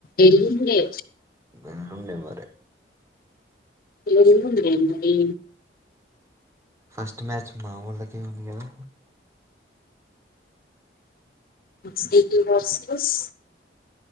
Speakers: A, on the left; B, on the right.
A: ఎల్లుండే
B: వెెల్ళుండే మరి
A: ఎల్లుండే మరి
B: ఫస్ట్ మ్యాచ్ మా వొళ్ళకే ఉంది గదా
A: verse K versus